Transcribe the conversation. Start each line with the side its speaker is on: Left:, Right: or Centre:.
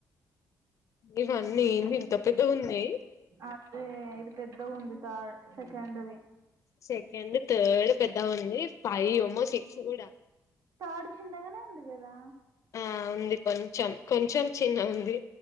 Left: ఇవన్నీ ఏంది ఇంత పెద్దగా ఉంది
Right: అదే ఇది పెద్దగా ఉంది బాగా సెకండీ ది
Left: సెకండ్ థర్డ్ పెద్దగ ఉంది ఫైవ్ అమ్మో సిక్స్ కూడా
Right: థార్ట్ చిన్నగానే ఉంది కదా
Left: ఆ ఉంది కొంచం కొంచెం చిన్న ఉంది